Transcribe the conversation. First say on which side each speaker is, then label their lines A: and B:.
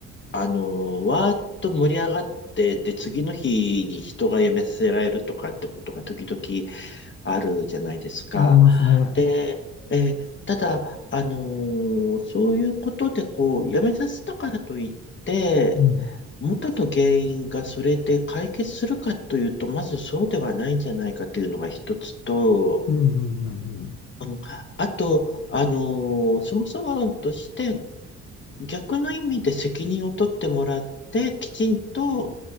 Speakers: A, on the left; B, on the left.
A: あの、わーっと盛り上がって、で、次の日に人が辞めさせられるとかってことが時々あるじゃないですか。
B: ありますね。
A: で、えーただ、あのーそういうことで、こう、やめさせたからといって、
B: うん、
A: 元の原因がそれで解決するかというと、まずそうではないんじゃないかというのが一つと、
B: うん、うん、うん
A: うんあと、あのーそもそも論として逆の意味で責任を取ってもらって、きちんと、